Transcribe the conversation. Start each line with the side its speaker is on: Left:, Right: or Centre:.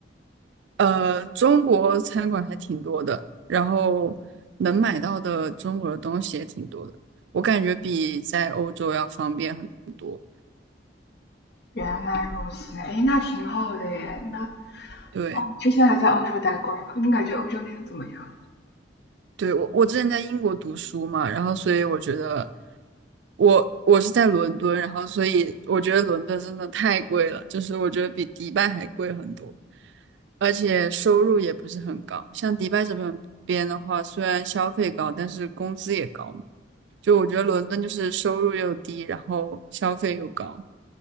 Right: 呃，中国餐馆还挺多的，然后能买到的中国的东西也挺多的，我感觉比在欧洲要方便很多。
Left: 原来如此，哎，那挺好的耶。那哦，
Right: 对。
Left: 你之前还在欧洲待过呀？你感觉欧洲那边怎么样？
Right: 对，我我之前在英国读书嘛，然后所以我觉得我我是在伦敦，然后所以我觉得伦敦真的太贵了，就是我觉得比迪拜还贵很多，而且收入也不是很高。像迪拜这边边的话，虽然消费高，但是工资也高嘛就我觉得伦敦就是收入又低，然后消费又高。